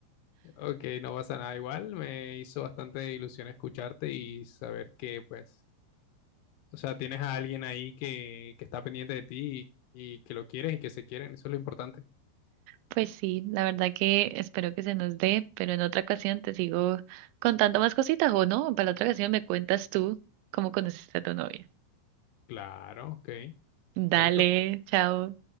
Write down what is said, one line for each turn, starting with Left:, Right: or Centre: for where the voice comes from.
Left: Ok, no pasa nada igual. Me hizo bastante ilusión escucharte y saber que, pues, o sea, tienes a alguien ahí que, que está pendiente de ti y, y que lo quieres y que se quieren. Eso es lo importante.
Right: Pues sí, la verdad que espero que se nos dé, pero en otra ocasión te sigo contando más cositas o no, para la otra ocasión me cuentas tú cómo conociste a tu novia.
Left: Claro, ok.
Right: Dale,
Left: Chaito.
Right: chao.